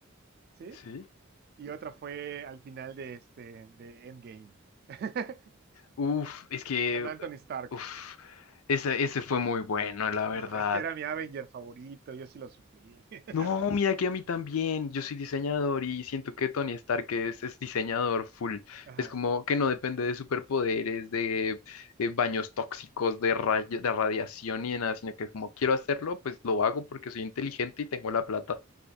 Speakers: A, on the right (about 45°); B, on the left (about 85°).
A: ¿sí?
B: Sí.
A: Y otra fue al final de este, de Endgame, <laughs>
B: Uf, es que,
A: con Anthony Stark.
B: uf, ese, ese fue muy bueno, la verdad.
A: No, es que era mi Avenger favorito, yo sí lo sufrí. <laughs>
B: No, mira que a mí también, yo soy diseñador y siento que Tony Stark es, es diseñador full.
A: Ajá.
B: Es como que no depende de superpoderes, de, eh, baños tóxicos, de, raya- de radiación y de nada, sino que como quiero hacerlo, pues lo hago porque soy inteligente y tengo la plata.